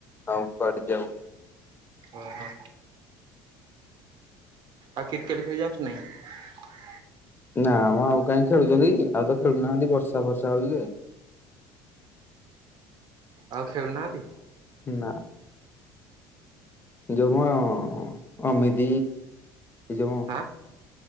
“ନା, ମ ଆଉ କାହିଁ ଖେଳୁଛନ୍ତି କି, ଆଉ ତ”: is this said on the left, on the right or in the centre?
Left